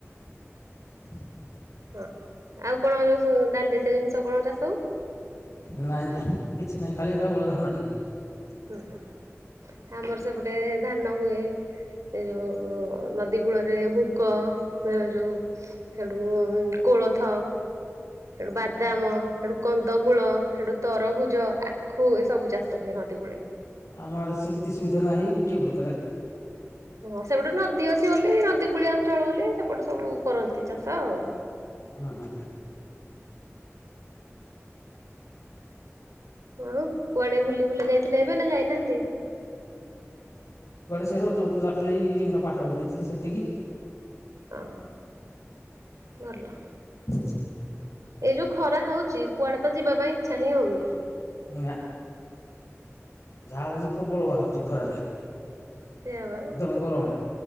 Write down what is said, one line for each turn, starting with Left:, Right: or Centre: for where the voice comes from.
Left: ହ
Right: ଓହୋ ଆଉ କଣ ଯୋଉ ସବୁ ଡାଲି ଜାତୀୟ ଜିନିଷ କଣ ଚା
Left: ନାଇଁ ନାଇଁ କିଛି ନାଇଁ ଖାଲି କେବଳ ଧାନ ଟି ହୁଏ।
Right: ହୁଁ ହୁଁ ଆମର ସେପଟେ ଧାନ ହୁଏ ଏ ଯୋଉ ନ ଦି କୂଳରେ ମୁଗ ଯୋଉ ହେଠୁ କୋଳଥ। ହେଠୁ ବାଦାମ ହେଠୁ କନ୍ଦମୂଳ ହେଠୁ ତରଭୁଜ ଆଖୁ ଏ ସବୁ ଚାଷ ହୁଏ। ନଦୀ କୂଳେ।
Left: ଆମ ଆଡେ ସେମିତି ସୁବିଧା ନାହିଁ ଗୋଟିଏ ପ୍ର
Right: ହଁ ସେ ଗୋଟେ ନଦୀ ଅଛି ବୋଲି ନଦୀ କୂଳିଆ ଅଞ୍ଚଳ ବୋଲି ସେପଟ ସବୁ କରନ୍ତି ଚାଷ ଆଉ।
Left: ଅଁ ହଁ।
Right: ଆଉ କୁଆଡେ ବୁଲି ବୁଲା ଯାଇଥିଲେ ଏବେ ନା ଯାଇନାହାନ୍ତି?
Left: ଯେ ରଜ କୁ ଯା ଯାଇଥିଲି ଇରିଙ୍ଗା ପାହାଡକୁ ଯାଇଥିଲି ସେତିକି।
Right: ଆଁ ଭଲ।
Left: <inaudible>
Right: ଏଯୋଉ ଖରା ହଉଛି କୁଆଡେ ତ ଯିବା ପାଇଁ ଇଚ୍ଛା ହିଁ ହଉନି।
Left: ନା ଝାଳ ଯେ ପ୍ରବଳ ବାହାରୁଛି ଖରାରେ।
Right: ସେଇଆ ବା
Left: ଏକଦମ ଗରମ